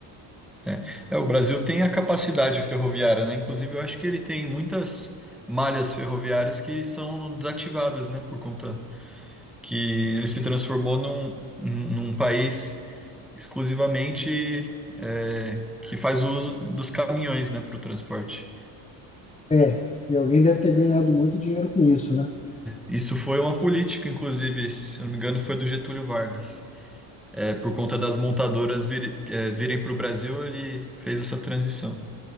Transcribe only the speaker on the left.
É, e alguém deve ter ganhado muito dinheiro com isso, né?